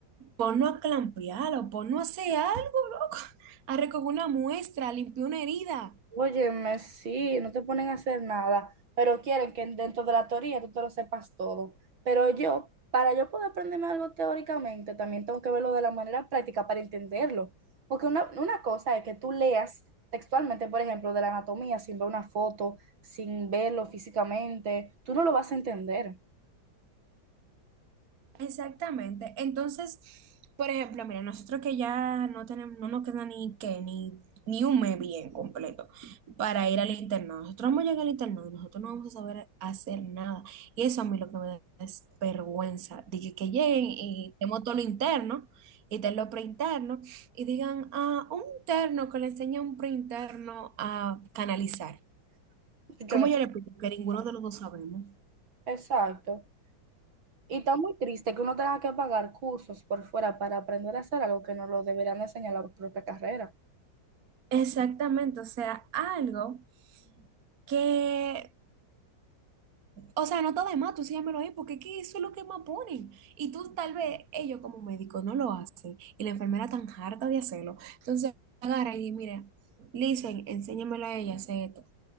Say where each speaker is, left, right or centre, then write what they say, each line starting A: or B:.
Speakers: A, on the right; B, on the right.
A: Ponlo a clampear o ponlo a hacer algo, loco. <laughs> A recoger una muestra, a limpiar una herida.
B: Óyeme, sí, no te ponen a hacer nada, pero quieren que dentro de la teoría tú te lo sepas todo. Pero yo, para yo poder aprenderme algo teóricamente, también tengo que verlo de la manera práctica para entenderlo. Porque una, una cosa es que tú leas textualmente, por ejemplo, de la anatomía sin ver una foto, sin verlo físicamente, tú no lo vas a entender.
A: Exactamente. Entonces, por ejemplo, mira, nosotros que ya no tenemos, no nos queda ni que ni, ni un mes bien completo para ir al internado. Nosotros vamos a llegar al internado y nosotros no vamos a saber hacer nada. Y eso a mí lo que me da es vergüenza. De que, que lleguen y tenemos todo lo interno y tenemos lo preinterno y digan, ah, un interno que le enseña a un preinterno a canalizar.
B: Yo
A: ¿Cómo
B: no.
A: yo le explico? Que ninguno de los dos sabemos.
B: Exacto. Y está muy triste que uno tenga que pagar cursos por fuera para aprender a hacer algo que no lo deberían enseñar en la propia carrera.
A: Exactamente, o sea, algo que, o sea, no está de más, tú sígamelo ahí, porque es que eso es lo que más ponen. Y tú tal vez, ellos como médicos no lo hacen, y la enfermera tan harta de hacerlo. Entonces, agarra y dice, mira, le dicen, enséñamelo a ella, hace esto.